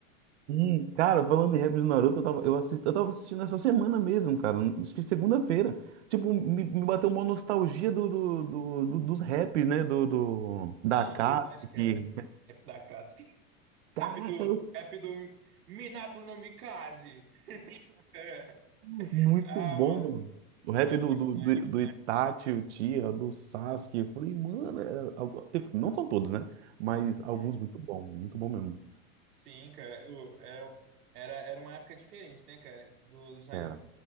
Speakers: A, on the right; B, on the right.
A: Sim, cara, falando em rap do Naruto, eu tava, eu assisti, eu tava assistindo essa semana mesmo, cara. Acho que segunda-feira. Tipo, me, me bateu uma nostalgia do, do, do- do- dos raps, né? Do, do, da
B: Mano,
A: Akatsuki.
B: verdade, cara. Rap da Akatsuki. <laughs>
A: Caraca,
B: Rap do,
A: eu
B: rap do Mi- Minato no Mikaze. É.
A: Muito
B: Ah,
A: bom,
B: mano.
A: O rap
B: Era bom
A: do, do,
B: demais,
A: do,
B: cara.
A: do Itachi, o Tia, do Sasuke. Eu falei, mano, é, algo- tem- não são todos, né? Mas alguns
B: Uhum.
A: muito bom, muito bom mesmo.
B: Sim, cara. eu- era, era, era uma época diferente, né, cara? Do, dos animes.
A: Era.